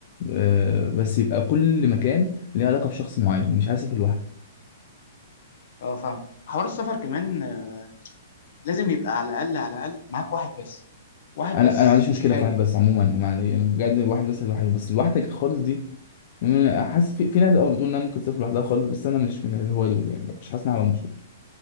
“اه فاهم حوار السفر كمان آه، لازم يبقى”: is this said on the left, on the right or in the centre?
Left